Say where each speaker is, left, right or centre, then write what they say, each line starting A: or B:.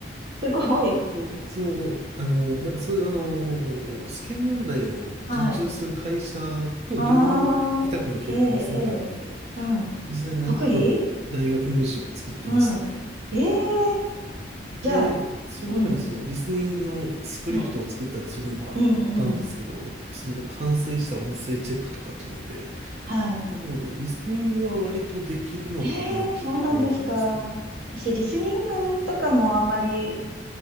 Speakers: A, on the right; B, on the right.
A: すごい。
B: の、その、あの、なんかそういうあの、試験問題を受注する会社と業務委託の契約結んでたんで、
A: はい。ああ、ええええうん。
B: 実際に何個かの大学入試を作ってましたね。
A: 得意うん。ええじゃあ、
B: で、その中にそのリスニングのスクリプトを作ったりするのもあったんですけど、
A: うん、うん、うん、うん。
B: その完成した音声チェックとかっていうので、
A: はい。
B: なのでリスニングは割とできるのかなっていうところはありますね。
A: ええそうなんですか。私、リスニングとかもあんまり、